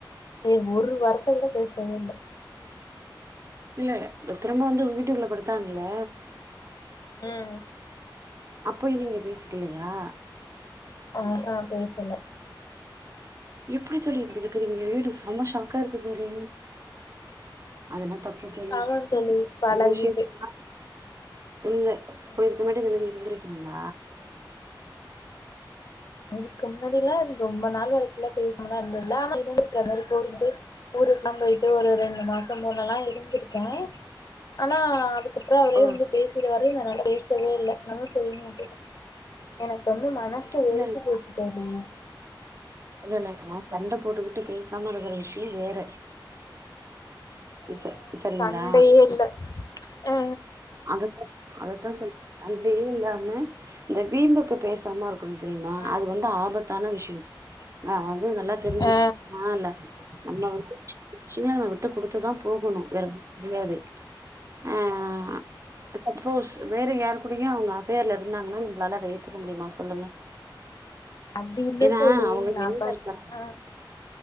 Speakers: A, on the left; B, on the right.
A: ஏ ஒரு வார்த்த கூட பேசவே இல்ல
B: இல்ல திரும்ப வந்து வீட்டுக்குள்ள படுத்தாங்கல்ல
A: ம்
B: அப்பயு நீங்க பேசிக்கலையா
A: ஆஹஹ் பேசல
B: எப்டி தோழி இப்டி இருக்கறீங்க எனக்கு செம்ம ஷாக்கா இருக்கு தோழி அதெல்லா தப்பு தோழி
A: ஆமாந் தோழி பழகிட்டு
B: இந்த விஷயதுலால து இப்ப
A: ம்
B: இதுக்கு முன்னாடி இந்த மாரி இருந்திருக்கீங்கள
A: இதுக்கு முன்னாடில்லா ரொம்ப நாள் வரைக்கும்லா பேசாம இருந்ததுல <unintelligible> ஊருக்கல்லா போயிட்டு ஒரு ரெண்டு மாச போலல இருந்திருக்கே ஆனா அது அதுக்கப்புற அவரே
B: ஓ
A: வந்து பேசிருவாருன்றதுனால பேசவே இல்ல நானு செரினு விட்டுட்ட எனக்கு வந்து மனசு வெறுத்து
B: இல்ல இல்ல
A: போச்சு தோழி
B: இல்ல இல்ல நா சண்டை போட்டுக்கிட்டு பேசாம இருக்கிற விஷய வேற
A: அ
B: ச சேரிங்களா
A: சண்டையே இல்ல அ
B: அததா அததா சொல்ல சண்டேயு இல்லாம இந்த வீம்புக்கு பேசாம இருக்கணு தெரியுமா
A: அ
B: அது வந்து ஆபத்தான விஷய நா வந்து நல்லா தெரிஞ்சு
A: அ
B: நால்ல நம்ம வந்து சில விஷங்களா விட்டு கொடுத்துதா போகணு வேற முடியாது ஆஹ் சப்போஸ் வேற யாரு கூடயு அவங்க அஃபேர் இருந்தாங்கன்னா உங்களால அத ஏத்துக்க முடியுமா சொல்லுங்க
A: அப்டி இல்ல
B: ஏன்னா
A: தோழி
B: அவங்க
A: நா
B: வெளில
A: பாத்தீங்கன்னா
B: இருக்கறாங்க